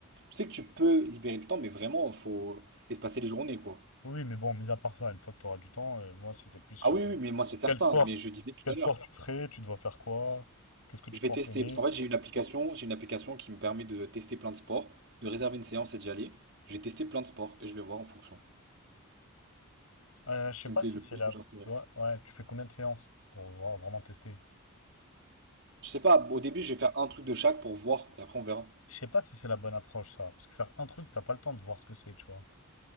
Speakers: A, on the right; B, on the left.
A: Je sais que tu peux libérer du temps, mais vraiment, faut espacer les journées, quoi.
B: Oui, mais bon, mis à part ça, une fois que tu auras du temps, euh, moi, c'était plus sur
A: Ah oui, oui, mais moi c'est certain,
B: quel sport,
A: mais je disais tout
B: quel
A: à
B: sport
A: l'heure.
B: tu ferais, tu dois faire quoi, qu'est-ce que tu
A: Je
B: penses
A: vais tester,
B: aimer.
A: parce qu'en fait j'ai une application, j'ai une application qui me permet de tester plein de sports, de réserver une séance et d'y aller. Je vais tester plein de sports et je vais voir en fonction.
B: Euh, je
A: Ce
B: sais
A: qui
B: pas
A: me plaît
B: si
A: le
B: c'est
A: plus,
B: là.
A: je t'inscrirai.
B: Ouais, ouais, tu fais combien de séances pour voir- vraiment tester?
A: Je sais pas, au début je vais faire un truc de chaque pour voir et après on verra.
B: Je sais pas si c'est la bonne approche, ça. Parce que faire un truc, t'as pas le temps de voir ce que c'est, tu vois.